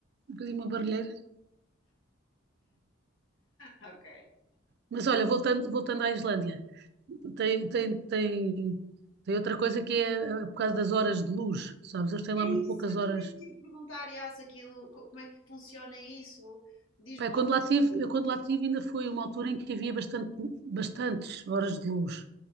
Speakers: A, on the right; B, on the left.
A: fazia uma barulheira.
B: Ok.
A: Mas olha, voltando, voltando à Islândia. tem, tem, tem, tem outra coisa que é eh, por causa das horas de luz, sabes? Eles têm
B: Era
A: lá muito poucas
B: isso que eu
A: horas.
B: também te ia perguntar, Yas, aquilo, co- como é que funciona isso? Diz-me
A: Pá, eu
B: lá.
A: quando lá tive, eu quando lá tive ainda foi uma altura em que havia bastante, bastantes horas de luz,